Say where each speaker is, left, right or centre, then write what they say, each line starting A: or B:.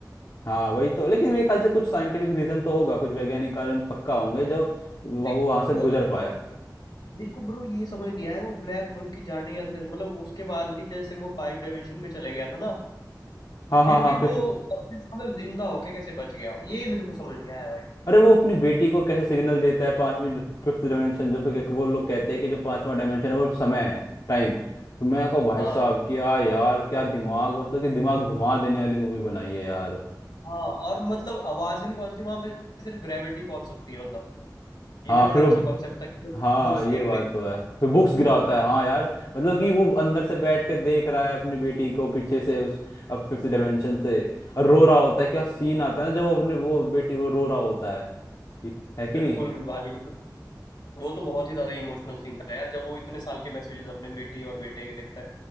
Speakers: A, on the left; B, on the left.
A: हाँ वही तो लेकिन मेरे ख्याल से कुछ साइंटिफिक रीजन तो होगा कुछ वैज्ञानिक कारण पक्का होंगे जो वो
B: नहीं
A: वहां से
B: वो
A: गुजर
B: तो चलो
A: पाया
B: मेरे को ब्रो ये समझ नहीं आया वो ब्लैक होल के जाने के अंदर मतलब उसके बाद भी जैसे वो फाइव डायमेंशन में चले गया था ना
A: हाँ
B: फिर
A: हाँ हाँ
B: भी वो
A: फिफ्थ
B: वापस मतलब जिंदा होके कैसे बच गया ये मेरे को समझ नहीं आया भाई
A: अरे वो अपनी बेटी को कैसे सिग्नल देता है पांचवी फिफ्थ डायमेंशन जो कि वो लोग कहते हैं कि जो पांचवा डायमेंशन है वो समय है टाइम तो मैं कहूँ भाई
B: हाँ
A: साहब क्या यार क्या दिमाग मतलब कि दिमाग घुमा देने वाली मूवी बनाई है यार
B: हाँ और मतलब आवाज भी नहीं पहुंचती वहां पे सिर्फ ग्रेविटी पहुंच सकती है मतलब ये
A: हाँ
B: भी बड़ा
A: फिर वो
B: अच्छा कॉन्सेप्ट था कि
A: हाँ
B: बुक्स
A: ये
B: गिर
A: बात
B: रही
A: तो है फिर बुक्स गिराता है हाँ यार मतलब कि वो अंदर से बैठ के देख रहा है अपनी बेटी को पीछे से उस अब फिफ्थ डायमेंशन से और रो रहा होता है क्या सीन आता है ना जब वो अपने वो बेटी वो रो रहा होता है है कि
B: बिल्कुल
A: नहीं
B: भाई मतलब वो तो बहुत ही ज्यादा इमोशनल सीन था यार जब वो इतने साल के मैसेजेस अपने बेटी और बेटे के देखता है